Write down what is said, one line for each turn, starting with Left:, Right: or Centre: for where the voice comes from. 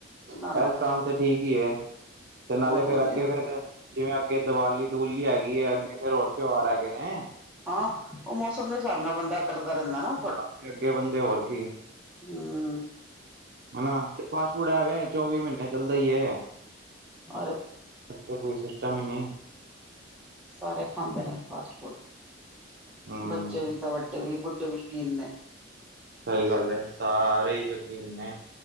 Right: ਇਹ
Centre: ਨਾ ਨਾ
Right: ਕੰਮ ਤਾਂ ਠੀਕ ਹੀ ਹੈ। ਤੇ
Centre: ਬਹੁਤ
Right: ਨਾਲੇ ਫੇਰ
Centre: ਵਧੀਆ
Right: ਅੱਗੇ ਫੇਰ ਜਿਵੇਂ ਅੱਗੇ ਦੀਵਾਲੀ ਦਵੂਲੀ ਹੈਗੀ ਹੈ ਅੱਗੇ ਫੇਰ ਹੋਰ ਤਿਉਹਾਰ ਹੈਗੇ ਨੇ।
Centre: ਹਾਂ, ਉਹ ਮੌਸਮ ਦੇ ਹਿਸਾਬ ਨਾਲ ਬੰਦਾ ਕਰਦਾ ਰਹਿੰਦਾ ਨਾ।
Right: ਹਾਂਜੀ ਅੱਗੇ ਬੰਦੇ ਹੋਰ ਕੀ
Centre: ਹੂੰ।
Right: ਹਨਾ ਤੇ ਫਾਸਟ ਫੂਡ ਐਵੇਂ ਚੌਵੀ ਮਹੀਨੇ ਚੱਲਦਾ ਈ ਹੈ।
Centre: ਔਰ
Right: ਹਲੇ ਤੇ ਕੋਈ ਸਿਸਟਮ ਹੀ ਨੀ।
Centre: ਸਾਰੇ ਖਾਂਦੇ ਨੇ ਫਾਸਟ ਫੂਡ
Right: ਹਮ
Centre: ਬੱਚੇ ਵੀ ਤਾਂ ਵੱਡੇ ਵੀ, ਬੁੱਢੇ ਵੀ ਸ਼ੁਕੀਨ ਨੇ।
Right: ਸਹੀ ਗੱਲ ਏ, ਸਾਰੇ ਹੀ ਸ਼ੌਕੀਨ ਨੇ।